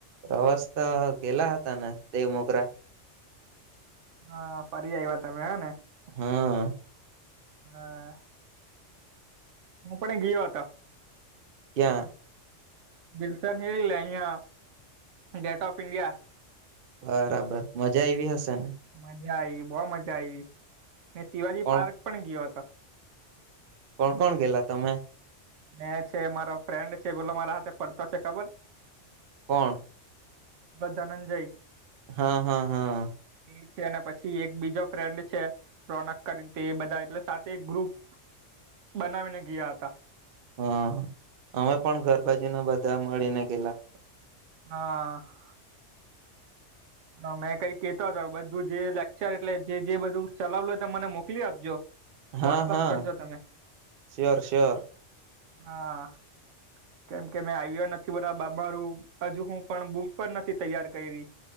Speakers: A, on the right; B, on the right.
A: પ્રવાસ તો ગેલા હતા ને દેવમોગરા.
B: હા ફરી આવ્યા તમે હે ને.
A: હા.
B: હા. હું પણ એ ગયો હતો.
A: ક્યા?
B: વિલસન હીલ ને અહીંયા ગેટ ઓફ ઇન્ડિયા.
A: બરાબર મજા આયવી હશે ને?
B: મજા આવી બહું મજા આવી ને શિવાજી
A: કોણ
B: પાર્ક પણ ગયો હતો.
A: કોણ કોણ ગેલા તમે?
B: મેં છે મારો ફ્રેન્ડ છે બોલો મારા હાથે ફરતો છે ખબર?
A: કોણ?
B: બધા ને જઈ
A: હા હા હા.
B: એ છે અને પછી એક બીજો ફ્રેન્ડ છે. રોનક કરીને તે એ બધા એટલે સાથે એક ગ્રુપ બનાવીને ગયા હતા.
A: હા અમે પણ ઘરબાજી ના બધા મળીને ગેલા.
B: હા. હ મેં કઈ કેતો હતો બધું જે લેક્ચર એટલે જે જે બધું ચલાવલય ત મને મોકલી આપજો
A: હા
B: વોટ્સઅપ
A: હા
B: કરજો તમે
A: શ્યોર શ્યોર
B: હા કેમ કે મેં આવ્યા નથી બધા બાપા હારું હજુ હું. પણ બુક પણ નથી તૈયાર કઈરી